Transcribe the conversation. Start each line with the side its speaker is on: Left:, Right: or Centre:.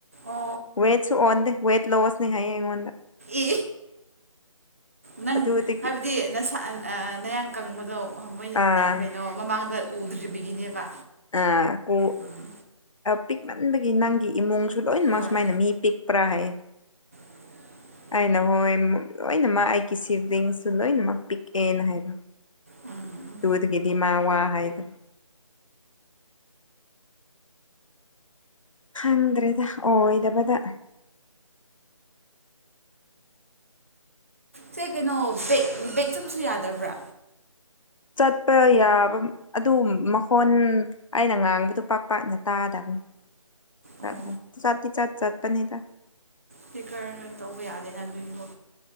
Right: ꯑꯣ
Left: ꯋꯦꯠꯁꯨ ꯑꯣꯟ ꯗꯦ ꯋꯦꯠ ꯂꯣꯁꯅꯤ ꯍꯥꯏꯌꯦ ꯑꯩꯉꯣꯟꯗ
Right: ꯏ ꯅꯪ
Left: ꯑꯗꯨꯗꯒꯤ
Right: ꯍꯥꯏꯕꯗꯤ ꯅꯁꯥ ꯑꯥ ꯅꯌꯥꯡ ꯀꯪꯕꯗꯣ ꯑꯣ ꯃꯣꯏꯅ
Left: ꯑꯥ
Right: ꯀꯩꯅꯣ ꯃꯃꯥꯡꯗ ꯎꯗ꯭ꯔꯤꯕꯒꯤꯅꯦꯕ
Left: ꯑꯥ ꯀꯨ
Right: ꯎꯝ
Left: ꯄꯤꯛꯃꯟꯕꯒꯤ ꯅꯪꯒꯤ ꯏꯃꯨꯡꯁꯨ ꯂꯣꯏꯅꯃꯛ
Right: ꯍꯣꯏ
Left: ꯁꯨꯃꯥꯏꯅ ꯃꯤ ꯄꯤꯛ ꯄ꯭ꯔ ꯍꯥꯏꯌꯦ
Right: <inaudible>
Left: ꯑꯩꯅ ꯍꯣꯏ ꯂꯣꯏꯅꯃꯛ ꯑꯩꯒꯤ ꯁꯤꯕꯂꯤꯡꯁꯨ ꯂꯣꯏꯅꯃꯛ ꯄꯤꯛꯑꯦꯅ ꯍꯥꯏꯕ
Right: ꯎꯝ
Left: ꯗꯨꯗꯒꯤꯗꯤ ꯃꯥ ꯋꯥ ꯍꯥꯏꯗꯔꯦ ꯈꯪꯗ꯭ꯔꯦꯗ ꯑꯣꯏꯗꯕꯗ
Right: ꯁꯦ ꯀꯩꯅꯣ ꯕꯦꯛ ꯕꯦꯛ ꯆꯠꯄꯁꯨ ꯌꯥꯗꯕ꯭ꯔꯥ
Left: ꯆꯠꯄ ꯌꯥꯕ ꯑꯗꯨ ꯃꯈꯣꯟ ꯑꯩꯅ ꯉꯥꯡꯕꯗꯣ ꯄꯥꯛ ꯄꯥꯛꯅ ꯇꯥꯗꯕꯅꯤ ꯆꯠꯂ
Right: ꯑꯣ
Left: ꯆꯠꯇꯤ ꯆꯠ ꯆꯠꯄꯅꯤꯗ
Right: ꯄꯤꯀꯔ ꯇꯧꯕ ꯌꯥꯗꯦꯅ ꯑꯗꯨꯒꯤꯒꯣ